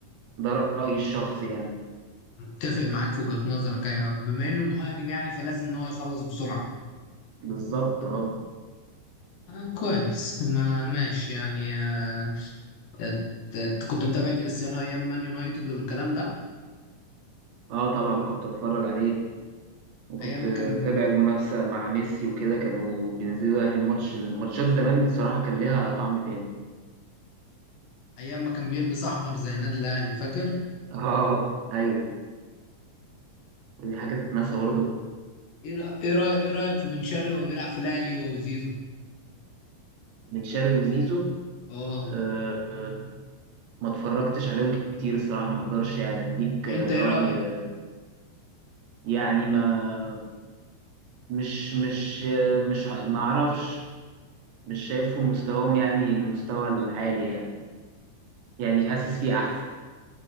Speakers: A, on the right (about 75°); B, on the left (about 75°).
A: ده رأيي الشخصي يعني
B: متفق معاك في وجهة نظرك ايوه بما انه مهاجم يعني فلازم ان هو يخلص بسرعة
A: بالظبط اهو
B: آه كويس ما ماشي يعني آه... ات- ات- كنت متابع كريستيانو ايام مان يونايتد والكلام ده
A: اه طبعا كنت اتفرج عليه وكنت
B: ايام ما
A: متابع
B: كان
A: المنافسة مع ميسي وكده كانوا بينزلوا يعني الماتش الماتشات زمان الصراحة كان ليها طعم تاني
B: ايام ما كان بيلبس احمر زي النادي الاهلي فاكر
A: اه ايوه ودي حاجه تتنسى برضه
B: ايه رأ- ايه رأي- ايه رايك في بن شرقي وهو بيلعب في الاهلي هو وزيزو
A: بن شرقي وزيزو
B: اه
A: آه آه، ما اتفرجتش عليهم كتير الصراحه ما اقدرش يعني اديك آه،
B: انت ايه
A: راي
B: رايك
A: آه، يعني ما مش مش آه، مش ه- ما اعرفش مش شايفهم مستواهم يعني المستوى العالي يعني يعني حاسس فيه احسن